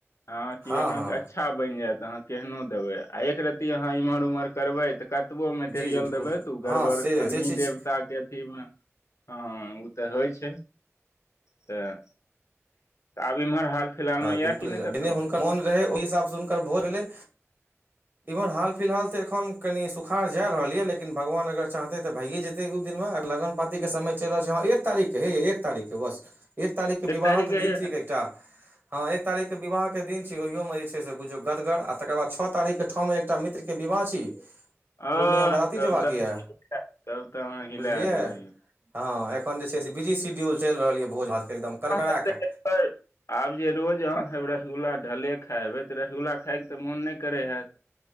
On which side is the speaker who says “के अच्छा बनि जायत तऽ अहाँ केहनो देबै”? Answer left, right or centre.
Left